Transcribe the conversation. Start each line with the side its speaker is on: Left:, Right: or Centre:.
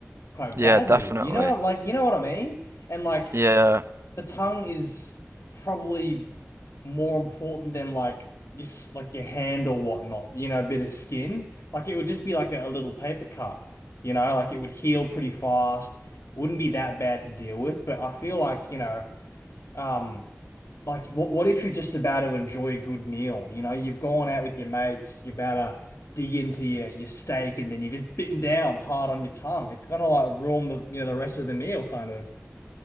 Left: quite
Right: Yeah,
Left: badly.
Right: definitely.
Left: You know, like you know what I mean? And like
Right: Yeah,
Left: the tongue is probably more important than like your s- like your hand or whatnot. You know, a bit of skin. Like it would just be like a, a little paper cut. You know, like it would heal pretty fast. Wouldn't be that bad to deal with. But I feel like you know, um, like what what if you're just about to enjoy a good meal? You know, you've gone out with your mates. You're about to dig into your your steak, and then you're just bitten down hard on your tongue. It's gonna like ruin the you know the rest of the meal, kind of.